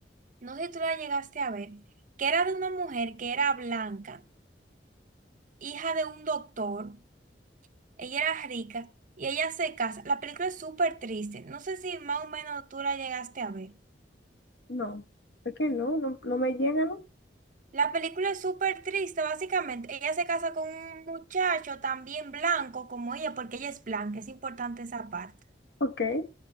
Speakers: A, on the right; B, on the left.
A: no sé si tú la llegaste a ver, que era de una mujer que era blanca, hija de un doctor, ella era rica y ella se casa. La película es súper triste, no sé si más o menos tú la llegaste a ver.
B: No, es que no, no, no me llega, ¿no?
A: La película es súper triste, básicamente. Ella se casa con un muchacho también blanco como ella, porque ella es blanca, es importante esa parte.
B: Ok. No